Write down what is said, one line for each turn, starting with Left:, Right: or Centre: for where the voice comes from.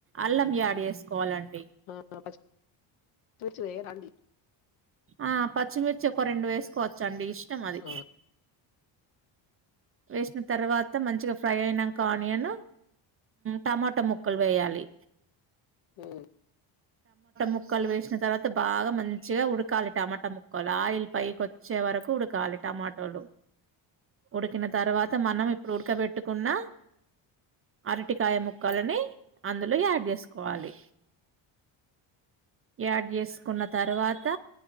Right: అల్లం యాడ్ చేసుకోవాలండి
Left: ఆ ప పచ్చ <inaudible> చ్చ పో రడి
Right: ఆ పచ్చిమిర్చి ఒక రెండు వేస్ కోచ్చండి ఇష్టం అది
Left: ఆ
Right: వేసిన తర్వాత మంచిగా ఫ్రై అయినంక ఆనియన్ టమాటా ముక్కల్ వేయాలి
Left: మ్
Right: ముక్కల్ వేస్ తర్వాత బాగా మంచిగా ఉడ్ కాల్ టమాటా ముక్కలు ఆయిల్ పైకిొచ్చే వరకు ఉడకాలి టమాటోలు ఉడికిన తర్వాత మనం ఇప్పుడు ఉడకబెట్టుకున్న అరటికాయ ముక్కలని అందులో యాడ్ చేసుకోవాలి యాడ్ చేసుకున్న తర్వాత